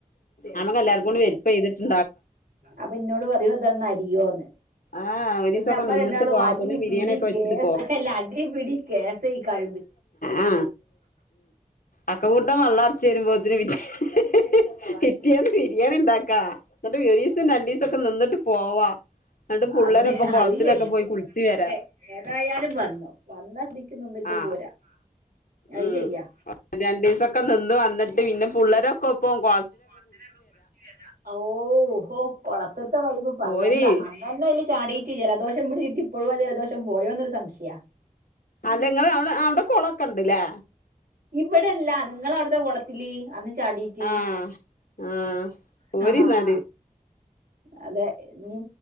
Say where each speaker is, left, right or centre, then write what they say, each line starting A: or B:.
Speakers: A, on the left (about 80°); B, on the right (about 85°).
A: നമുക്ക് എല്ലാവർക്കും കൂടെ ഹെല്പ് ചെയ്തിട്ടു
B: അപ്പൊ ഇന്നോട് പറയോ ഇതൊന്നു അരിയോന്ന്
A: ആഹ് ഒരീസൊക്കെ
B: പിന്നെ നമ്മള്
A: നിന്നിട്ട്
B: രണ്ടാളും
A: പോവാ
B: അടിപിടി
A: അപ്പത്തിന് ബിരിയാണിയൊക്കെ വെച്ചിട്ട്
B: കേസല്ല അടി പിടി കേസ കഴ
A: ആ അക്ക കൂട്ടം വളർച്ചെന്നും വരുമ്പോത്തിന് പിന്നെ ഹ് ഹ് ഹ് കിട്ടിയന്ന് ബിരിയാണി ഉണ്ടാക്കാ എന്നിട്ട് ഒരീസം രണ്ടീസംക്കെ നിന്നിട്ട് പോവാ എന്നിട്ട് പുള്ളേരൊപ്പം
B: അത്
A: കൊളത്തിലൊക്കെ
B: അത് ശെരിയാ
A: പോയി കുളിച്ച് വരാ
B: അതെ ഏതായാലും വന്നു വന്ന സ്ഥിതിക്ക് നിന്നിട്ട്
A: ആഹ്
B: പോരാ അത്
A: ഉം
B: ശരിയാ
A: രണ്ടു ദിവസൊക്കെ നിന്ന് വന്നിട്ട് പിന്നെ പിള്ളേരൊക്കെ ഇപ്പ പോക
B: കൊളത്തിലൊക്കെ കുളിച്ചു വരുവാ ഓ കൊളതീത്തെ വൈബ് പറയണ്ട
A: പോരി
B: അന്നെ ചാടിയിട്ട് ജലദോഷം പിടിച്ചിട്ട് ഇപ്പോഴുവാ ജലദോഷം പോയോന്നൊരു സംശയാ
A: അല്ലെങ്ങ അവ അവിടെ കൊളൊക്കെ ഇണ്ട്ല്ലേ
B: ഇവിടെല്ല നിങ്ങ അവിടുത്തെ കുളത്തില് അന്ന് ചാടിറ്റ്
A: ആഹ് ആഹ് പോരിന്നാല്
B: ഉം ആ ആ ഹാ അതെ ഇ